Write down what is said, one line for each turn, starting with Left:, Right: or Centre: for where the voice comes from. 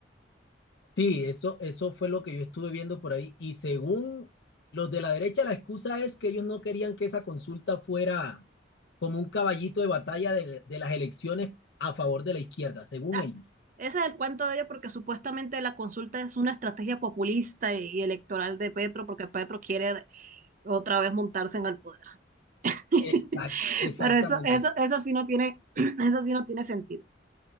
Left: Sí, eso, eso fue lo que yo estuve viendo por ahí. Y según los de la derecha, la excusa es que ellos no querían que esa consulta fuera como un caballito de batalla de, de las elecciones a favor de la izquierda, según
Right: ah,
Left: ellos.
Right: ese es el cuento de ella porque supuestamente la consulta es una estrategia populista y y electoral de Petro porque Petro quiere otra vez montarse en el poder. <laughs>
Left: Exact, exactamente.
Right: Pero eso, eso, eso sí no tiene, <clears throat> eso sí no tiene sentido.